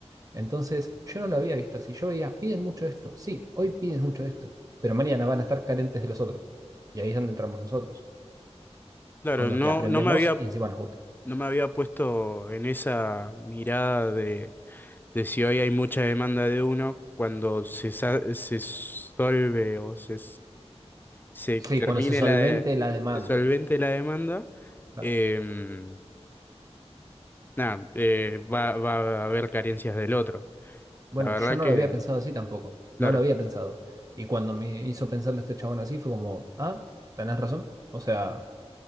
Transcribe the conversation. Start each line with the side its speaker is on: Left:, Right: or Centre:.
Right: Entonces, yo no lo había visto así. Yo veía, piden mucho esto. Sí, hoy piden mucho esto, pero mañana van a estar carentes de los otros. Y ahí es donde entramos nosotros,
Left: claro,
Right: con lo
Left: no,
Right: que aprendemos
Left: no me había,
Right: y encima nos gusta.
Left: no me había puesto en esa mirada de, de si hoy hay mucha demanda de uno cuando se, sa- se solve o se se
Right: Sí,
Left: termine
Right: cuando se solvente
Left: la de-
Right: la demanda,
Left: se solvente la demanda,
Right: claro.
Left: em, nada, eh, va, va a haber carencias del otro.
Right: Bueno,
Left: La verdad
Right: yo no
Left: que,
Right: lo había pensado así tampoco.
Left: claro,
Right: No lo había pensado. Y cuando me hizo pensarle este chabón así, fue como, ah, tenés razón. O sea,